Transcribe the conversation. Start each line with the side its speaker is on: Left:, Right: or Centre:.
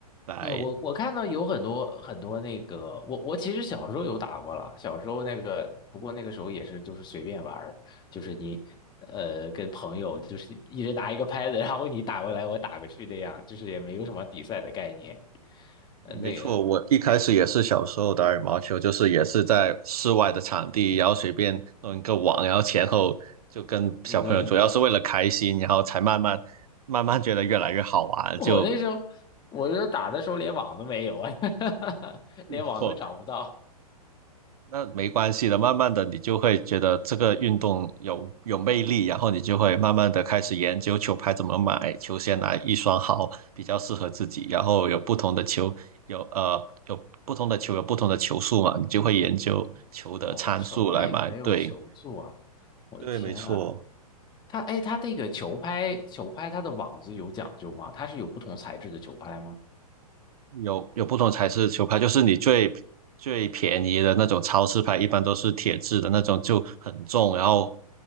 Right: 来。
Left: 嗯，我我看到有很多很多那个，我我其实小时候有打过了，小时候那个，不过那个时候也是就是随便玩儿，就是你呃跟朋友就是一人拿一个拍子，然后你打过来我打过去那样，就是也没有什么比赛的概念。呃，
Right: 没错，
Left: 那个，
Right: 我一开始也是小时候打羽毛球，就是也是在室外的场地，然后随便弄一个网，然后前后就跟小朋友，
Left: 嗯，
Right: 主要是为了开心，然后才慢慢慢慢觉得越来越好玩，
Left: <laughs> 我那时候
Right: 就
Left: 我那时候打的时候连网都没有啊，<laughs> 连网都找不到。
Right: 错。那没关系的，慢慢的你就会觉得这个运动有有魅力，然后你就会慢慢的开始研究球拍怎么买，球鞋哪一双好比较适合自己，然后有不同的球，有呃有不同的球有不同的球速嘛，你就会研究球的参数来买。
Left: 哦，球还还有球座啊，
Right: 对，
Left: 我的天呐！
Right: 对，没错。
Left: 它哎，它这个球拍球拍它的网子有讲究吗？它是有不同材质的球拍吗？
Right: 有有不同材质的球拍，就是你最最便宜的那种超市拍，一般都是铁质的那种，就很重，然后